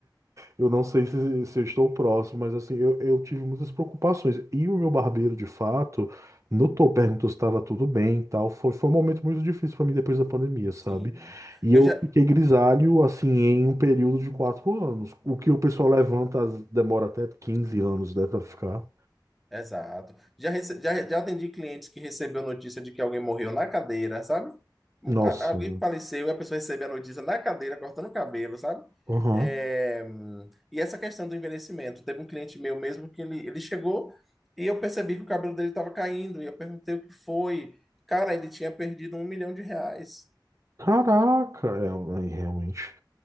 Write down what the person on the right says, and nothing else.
Eu não sei se, se eu estou próximo, mas assim, eu, eu tive muitas preocupações. E o meu barbeiro, de fato, notou, perguntou se estava tudo bem e tal. Foi, foi um momento muito difícil para mim depois da pandemia, sabe?
E
eu
fiquei grisalho, assim, em um período de quatro anos. O que o pessoal levanta as- demora até quinze anos, né, para ficar.
Nossa.
Aham.
Caraca, é, é, realmente.